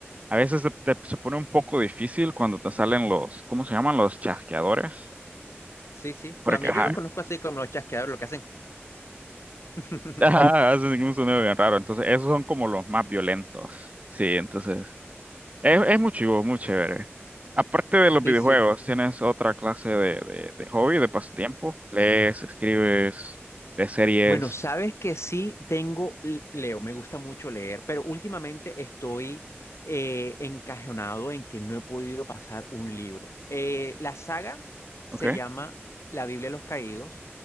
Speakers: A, on the right; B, on the left.
A: a veces se, te- se pone un poco difícil cuando te salen los, ¿cómo se llaman? Los chasqueadores.
B: Sí, sí.
A: Porque,
B: También
A: ajá,
B: yo los conozco así como los chasqueadores, lo que hacen. <laughs>
A: Ajá, <laughs> hacen un sonido bien raro. Entonces, esos son como los más violentos. Sí, entonces, es, es muy chivo, muy chévere. Aparte de los
B: Sí,
A: videojuegos,
B: sí.
A: ¿tienes otra clase de, de, de hobby, de pasatiempo? ¿Lees, escribes, ves series?
B: Bueno, sabes que sí tengo, l- leo, me gusta mucho leer, pero últimamente estoy eh, encajonado en que no he podido pasar un libro. Eh, la saga se
A: ¿Ok?
B: llama La Biblia de los Caídos,